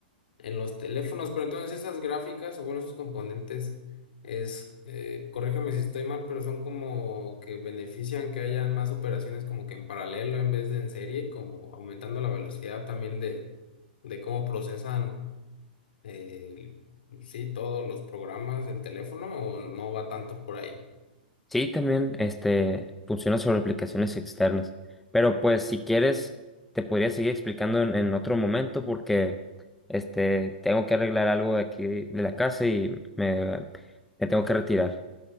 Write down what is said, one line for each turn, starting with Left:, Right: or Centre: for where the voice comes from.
Left: en los teléfonos, pero entonces esas gráficas o bueno, esos componentes es, eh, corrígeme si estoy mal, pero son como que benefician que haya más operaciones como que en paralelo en vez de en serie, como aumentando la velocidad también de, de cómo procesan el- pues sí, todos los programas, el teléfono, o no va tanto por ahí.
Centre: Sí, también este, funciona sobre aplicaciones externas. Pero pues si quieres, te podría seguir explicando en, en otro momento porque este, tengo que arreglar algo de aquí de la casa y me, me tengo que retirar.